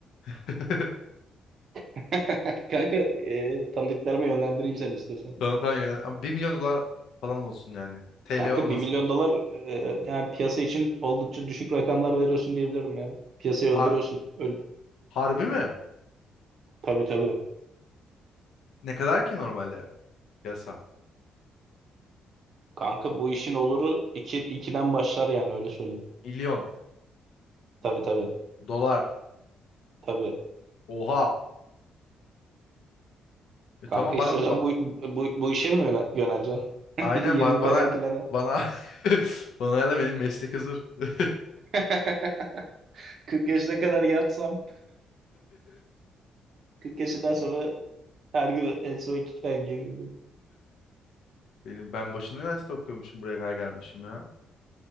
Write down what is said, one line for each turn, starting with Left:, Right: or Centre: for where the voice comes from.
Left: <laughs>
Right: <laughs> Kanka e, tanıdıklarıma yönlendireyim seni istiyorsan.
Left: Tamam tamam yönlen. Ama bir milyon dolar falan olsun yani. TL
Right: Kanka
Left: olmasın.
Right: bir milyon dolar e, yani piyasa için oldukça düşük rakamlar veriyorsun diyebilirim ya. Piyasayı öldürüyorsun.
Left: Ar-
Right: Öl
Left: Harbi mi?
Right: tabii tabii.
Left: Ne kadar ki normalde piyasa?
Right: Kanka bu işin oluru iki, ikiden başlar yani öyle söyleyeyim.
Left: Milyon
Right: Tabii tabii.
Left: dolar.
Right: Tabii.
Left: Oha. E
Right: Kanka
Left: tamam bana
Right: istiyorsan
Left: ba-
Right: bu, bu, bu işe mi yöne- yöneleceksin?
Left: aynen
Right: <laughs> Yeni
Left: bana
Right: bir kariyer
Left: bana
Right: planı.
Left: bana <laughs> bana hala benim meslek hazır. <laughs>
Right: <laughs> 40 yaşına kadar yatsam 40 yaşından sonra her gün en son iki giyinirdim.
Left: Benim ben boşuna üniversite okuyormuşum buraya kadar gelmişim ya.